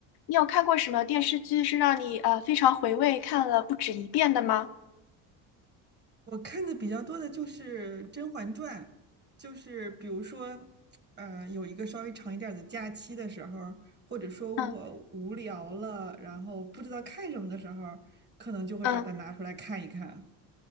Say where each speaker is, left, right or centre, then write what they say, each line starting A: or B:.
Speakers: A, on the left; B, on the right.
A: 你有看过什么电视剧是让你呃非常回味，看了不止一遍的吗？
B: 我看的比较多的就是《甄嬛传》，就是比如说，呃，有一个稍微长一点儿的假期的时候，或者说我无聊了，
A: 嗯
B: 然后不知道看什么的时候，可能就会把它拿出来看一看。
A: 嗯，